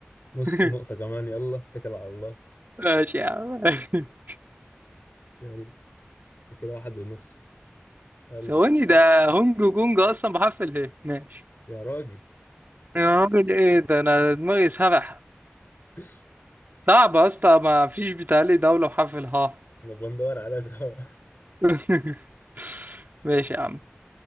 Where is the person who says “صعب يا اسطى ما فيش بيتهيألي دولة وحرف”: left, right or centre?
Right